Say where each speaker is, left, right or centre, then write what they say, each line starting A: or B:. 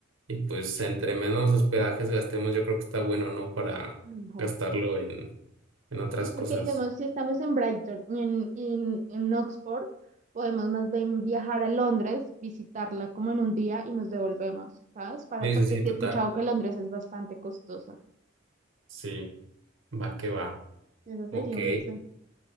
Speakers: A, on the right; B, on the right.
A: Y pues entre menos hospedajes gastemos, yo creo que está bueno, ¿no? Para
B: Mejor.
A: gastarlo en, en otras
B: Sí, porque
A: cosas.
B: digamos, si estamos en Brighton y en, y en, en Oxford, podemos más bien viajar a Londres, visitarla como en un día y nos devolvemos, ¿sabes? Para,
A: Sí,
B: porque
A: sí, sí,
B: sí
A: total.
B: he escuchado que Londres es bastante costosa.
A: Sí, va que va.
B: Esa
A: Ok.
B: sería una opción.